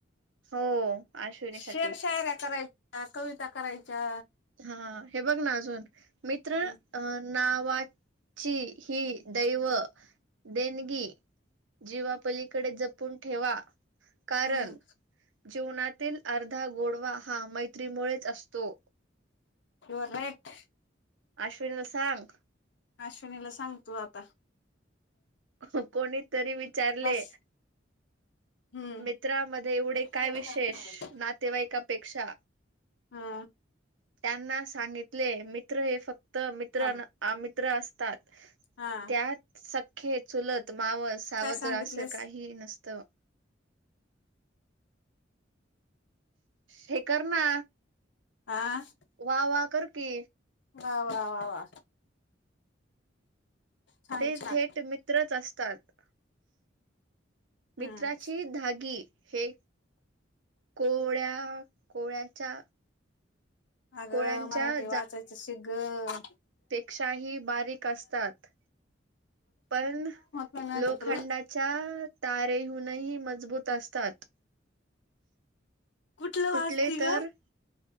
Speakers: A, on the right; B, on the left.
A: हो अश्विनीसाठी
B: शेरशायऱ्या करायच्या कविता करायच्या
A: हा हे बघ ना अजून मित्र
B: हम्म
A: अ नावाची हि दैव देणगी जीवापलीकडे जपून ठेवा कारण
B: हम्म
A: जीवनातील अर्धा गोडवा हा मैत्रीमुळेच असतो
B: युअर राईट
A: अश्विनीला सांग.
B: अश्विनीला सांगतो आता.
A: अस कोणी तरी विचारले.
B: बस हम्म
A: मित्रामध्ये एवढे काय
B: हम्म
A: विशेष नातेवाईकापेक्षा.
B: हा
A: त्यांना सांगितले मित्र हे फक्त मित्र
B: थांब
A: अमित्र असतात.
B: हा
A: त्यात सख्खे चुलत मावस सावत्र
B: काय सांगितलेस
A: असं काही नसतं. हे कर ना.
B: आह?
A: वा वा करकी.
B: वा वा वा वा! छान
A: ते
B: छान
A: थेट मित्रच असतात. मित्राची
B: हम्म
A: धागी हे कोळ्या कोळ्याच्या
B: अगं
A: कोळ्यांच्या
B: मराठी वाचायचं शिक गं.
A: जाळ्यापेक्षाही बारीक असतात पण
B: नाही ना
A: लोखंडाच्या
B: तुला
A: तारेहुंनही मजबूत असतात.
B: कुठलं
A: तुटले
B: वाचती
A: तर
B: ग